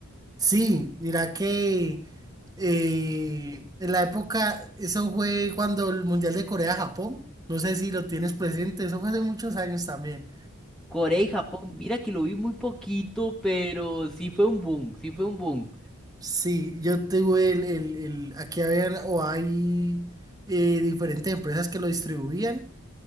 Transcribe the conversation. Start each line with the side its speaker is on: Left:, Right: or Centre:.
Right: Sí, mira que eh, en la época, eso fue cuando el Mundial de Corea-Japón, no sé si lo tienes presente, eso fue hace muchos años también.
Centre: Corea y Japón, mira que lo vi muy poquito, pero sí fue un boom, sí fue un boom.
Right: Sí, yo tuve el, el, el- aquí habían o hay eh, diferentes empresas que lo distribuían